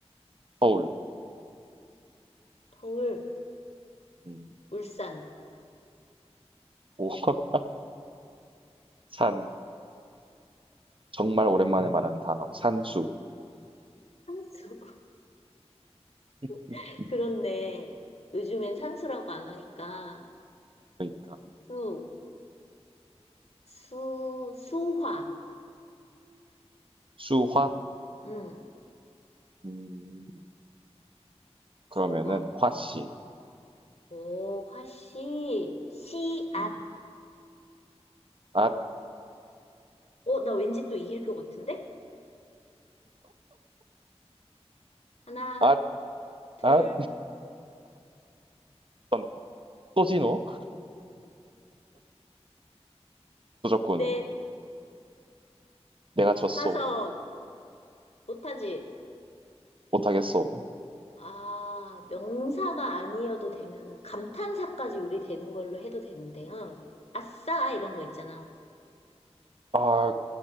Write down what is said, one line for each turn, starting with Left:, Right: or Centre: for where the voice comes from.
Right: 서울.
Left: 서울,
Right: 음,
Left: 울산,
Right: 오, <laughs> 산. 정말 오랜만에 말하는 단어. 산수.
Left: 산수.
Right: <laughs>
Left: <laughs>
Right: 음,
Left: 그렇네. 요즘엔 산수라고 안 하니까.
Right: 그러니까.
Left: 수, 수, 수화.
Right: 수화?
Left: 응,
Right: 음, 그러면은
Left: 수화.
Right: 화씨.
Left: 오, 화씨, 씨앗.
Right: 음, 앗,
Left: 어, 나 왠지 또 이길 것 같은데? 하나,
Right: 앗,
Left: 둘,
Right: 앗. 넌 소진호? 조졌군.
Left: 넷,
Right: 내가 졌소.
Left: 다섯. 못하지?
Right: 못하겠소.
Left: 아, 명사가 아니어도 되면은 감탄사까지 우리 되는 걸로 해도 되는데, 응. 아싸, 이런 거 있잖아.
Right: 아,